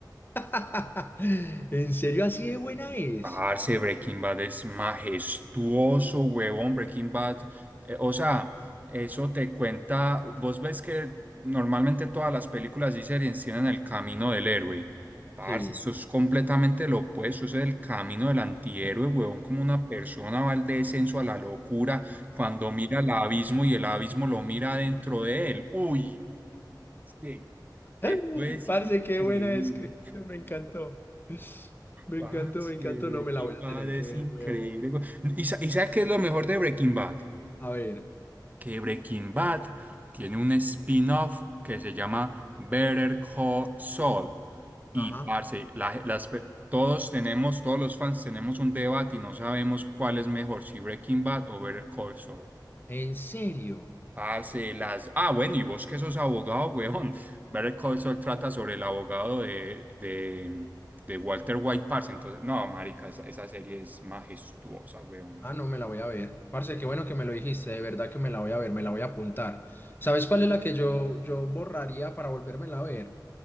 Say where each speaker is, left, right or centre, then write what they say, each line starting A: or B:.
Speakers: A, on the left; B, on the right.
A: <laughs> ¿En serio así de buena es?
B: Parce, Breaking Bad es majestuoso, huevón. Breaking Bad, eh, o sea, eso te cuenta. Vos ves que normalmente todas las películas y series tienen el camino del héroe. Parce,
A: Sí.
B: eso es completamente lo opuesto. Eso es el camino del antihéroe, huevón. Como una persona va al descenso, a la locura, cuando mira al abismo y el abismo lo mira dentro de él. Uy, sí,
A: <laughs>
B: eso es
A: Parce,
B: increíble.
A: qué buena descripción, me encantó. Me
B: Parce,
A: encantó, me encantó,
B: Breaking
A: no me la voy
B: Bad
A: a tener
B: es
A: que ver,
B: increíble.
A: huevón.
B: güey. ¿Y, sa- y sabes qué es lo mejor de Breaking Bad?
A: A ver.
B: Que Breaking Bad tiene un spin-off que se llama Better Call Saul. Y,
A: Ajá.
B: parce, la ge- las pe- todos tenemos, todos los fans tenemos un debate y no sabemos cuál es mejor, si Breaking Bad o Better Call Saul.
A: ¿En serio?
B: Parce, las... Ah, bueno, y vos que sos abogado, weón. Better Call Saul trata sobre el abogado de, de, de Walter White, parce. Entonces, no, marica, esa, esa serie es majestuosa, weón.
A: Ah, no me la voy a ver. Parce, qué bueno que me lo dijiste, de verdad que me la voy a ver, me la voy a apuntar. ¿Sabes cuál es la que yo, yo borraría para volvérmela a ver?